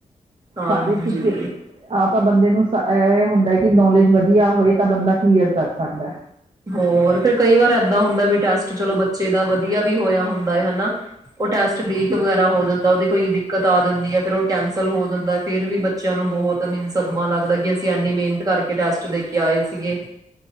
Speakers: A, on the right; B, on the right.
A: ਹਾਂਜੀ।
B: ਸਾਰੇ ਕੁਛ ਆਪ ਤਾਂ ਬੰਦੇ ਨੂੰ ਇਹ ਹੁੰਦਾ ਕਿ ਨੌਲੇਜ ਵਧੀਆ ਹੋਏ ਤਾਂ ਬੰਦਾ ਕਲੀਅਰ ਕਰ ਸਕਦਾ
A: ਹੋਰ ਫਿਰ ਕਈ ਵਾਰ ਏਦਾਂ ਹੁੰਦਾ ਵੀ ਟੈਸਟ ਚਲੋ ਬੱਚੇ ਦਾ ਵਧੀਆ ਵੀ ਹੋਇਆ ਹੁੰਦਾ ਹੈ। ਹਨਾ ਉਹ ਟੈਸਟ ਲੀਕ ਵਗੈਰਾ ਹੋ ਜਾਂਦਾ ਉਹਦੇ ਕੋਈ ਦਿੱਕਤ ਆ ਜਾਂਦੀ ਹੈ। ਫਿਰ ਉਹ ਕੈਂਸਲ ਹੋ ਜਾਂਦਾ। ਫੇਿਰ ਵੀ ਬੱਚਿਆਂ ਨੂੰ ਬਹੁਤ ਮ ਸਦਮਾ ਲੱਗਦਾ ਕਿ। ਅਸੀਂ ਇੰਨੀ ਮਿਹਨਤ ਕਰਕੇ ਟੈਸਟ ਦੇਖ ਕੇ ਆਏ ਸੀਗੇ